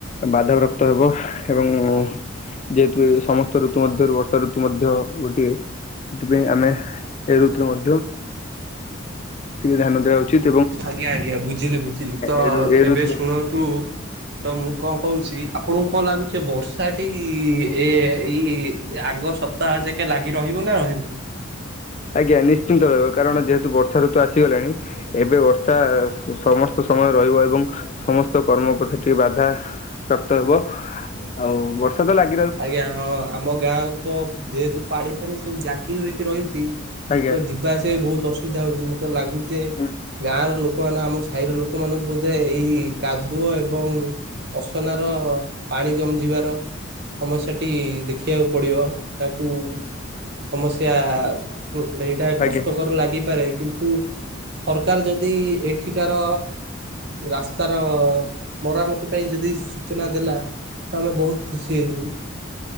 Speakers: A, on the left; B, on the right.
A: ବାଧବ୍ୟାପ୍ତ ତ ହେବ। ଏବଂ ଯେହେତୁ ଏ ସମସ୍ତ ଋତୁ ମଧ୍ୟରୁ ବର୍ଷା ଋତୁ ମଧ୍ୟ ଗୋଟିଏ ସେଥିପାଇଁ ଆମେ ଏ ଋତୁରେ ମଧ୍ୟ ଟିକେ ଧ୍ୟାନ ଦବା ଉଚିତ୍।
B: ଆଜ୍ଞା ଆଜ୍ଞା ବୁଝିଲି ବୁଝିଲି ତ
A: ଏ ଋ ଏ
B: ଏବେ
A: ଋତୁ
B: ଶୁଣନ୍ତୁ। ତ ମୁଁ କଣ କହୁଚି ଆପଣଙ୍କୁ କଣ ଲାଗୁଚି ବର୍ଷାଟି ଏ ଏଇ ଆଗ ସପ୍ ପ୍ତାହ ଯାକେ ଲାଗି ରହିବନା ଏମିତ୍
A: ଆଜ୍ଞା ନିଶ୍ଚିନ୍ତ ରହିବ କାରଣ ଯେହେତୁ ବର୍ଷା ଋତୁ ଆସିଗଲାଣି। ଏବେ ବର୍ଷା ସମସ୍ତ ସମୟ ରହିବ ଏବଂ ସମସ୍ତ କର୍ମ ପ୍ରତି ଟିକେ ବାଧା ପ୍ରାପ୍ତ ହେବ ଆଉ ବର୍ଷା ତ ଲାଗ୍
B: ଆଜ୍ଞା ହଁ ଆମ ଗାଁରେ ତ ପ୍ ଯେହେତୁ ପାଣି ଫାଣିି ସବୁ ଜାକି ହୋଇକି ରହିଚି
A: ଆଜ୍ଞା
B: ତ ଯିବା ଆସିବା ବହୁତ ଅସୁବିଧା ହଉଚି ମ। ତ ଲାଗୁଚେ
A: ହୁଁ
B: ଗାଁ ର ଲୋକ ମାନେ ଆମସ୍ ସାଇର ଲୋକମାନଙ୍କୁ ବୋଧେ ଏଇ କାଦୁଅ ଏବଂ ଅସନା ର ପାଣି ଜମି ଯିବାର ସମସ୍ୟାଟି ଦେଖିବାକୁ ପଡିବ। ତାଙ୍କୁ ସମସ୍ୟା କୁ ଏଇଟା କଷ୍ଟକର
A: ଆଜ୍ଞା
B: ଲାଗିପାରେ କିନ୍ତୁ ସରକାର୍ ଯଦି ଏଠିକାର ରାସ୍ତାର ମରାମତି ପାଇଁ ଯଦି ସୂଚନା ଦେଲା ତ ଆମେ ବହୁତ୍ ଖୁସି ହେଇଯିବୁ।